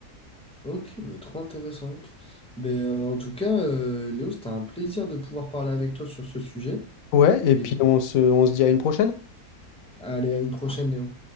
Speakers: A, in the centre; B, on the left.
A: Ok, mais trop intéressant. Mais euh, en tout cas, euh, Léo, c'était un plaisir de pouvoir parler avec toi sur ce sujet.
B: Ouais, et
A: Et
B: puis on se, on se dit à une prochaine.
A: allez, à une prochaine, Léo.